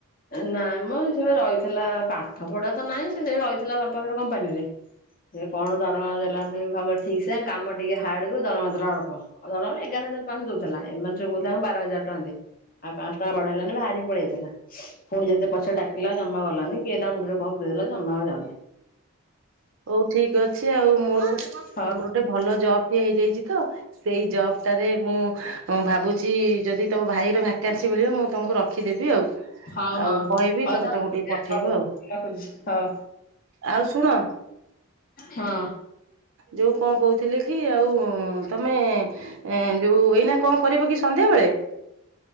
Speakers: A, on the left; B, on the right.
A: ନାଇଁ ମ ସିଏପା ରହିଥିଲା ପାଠ ପଢା ତ ନାଇଁ ସେ ସେଠି ରହିଥିଲା <unintelligible> କମ୍ପାନୀରେ ସେ କଣ ଦରମା ଦେଲାନି ଭଲ ଠିକ ସେ କାମ ଟିକେ ହାଡ୍ କୁୁ ଦରମା ଦେଲା ଅଳ୍ପ। ଆ ଦରମା ଏଗାର ହଜାର ପାଞ୍ଚଶହ ଦଉଥିଲା ଏମାନେ ସବୁ କହୁଥିଲେ ଆମକୁ ବାର ହଜାର ଟଙ୍କା ଦେ। ଆଉ ପାଞ୍ଚସହ ଟଙ୍କା ବଢେଇଲାନି ବାହାରି କି ପଳେଇଆଇଥିଲା ପୁଣି ଯେତେ ପଛେ ଡାକିଲା ଜମା ଗଲାନି କିଏ ତା ମୁଣ୍ଡରେ କଣ ପୁରେଇଦେଲା ଜମା ଆଉ ଯାଉନି।
B: ହଉ ଠିକ ଅଛି ଆଉ ମୋର ଗୋଟେ
A: ହଉ
B: ମୋର ଗୋଟେ ଭଲ ଜବ୍ ବି ହେଇଯାଇଛି। ତ ସେଇ ଜବଟାରେ ମୁଁ ମୁଁ ଭାବୁଚି ଯଦି ତମ ଭାଇର ଭ୍ୟାକାନ୍ସି ମିଳିବ ମୁଁ ତମକୁ ରଖିଦେବି ଆଉ।
A: ହଁ
B: ଆଉ
A: ହଉ ହଉ
B: କହିବି
A: ହଉ
B: ତମେ
A: ଯା
B: ତାଙ୍କୁ
A: ରଖୁଛି
B: ଟିକେ ପଠେଇବ
A: ହଉ
B: ଆଉ।
A: ରଖୁଛି ହଉ
B: ଆଉ ଶୁଣ
A: ହଁ।
B: ଯୋଉ କଣ କୋହୁଥିଲି କି ଆଉ ତମେ ଏଁ ଯୋଉ ଏଇନା କଣ କରିବ କି ସନ୍ଧ୍ୟାବେଳେ?